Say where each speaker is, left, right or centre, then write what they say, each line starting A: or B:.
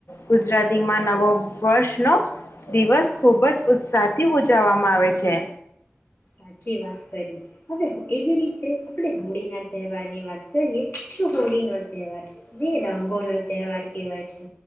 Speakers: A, on the left; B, on the left.
A: ગુજરાતીમાં નવો વર્ષનો દિવસ ખૂબ જ ઉત્સાહથી ઉજવવામાં આવે છે.
B: સાચી વાત કરી, હવે એવી રીતે આપણે હોળી ના તહેવાર ની વાત કરીએ શું હોડીનો તહેવાર <inaudible> રંગોનો તહેવાર કહેવાય છે.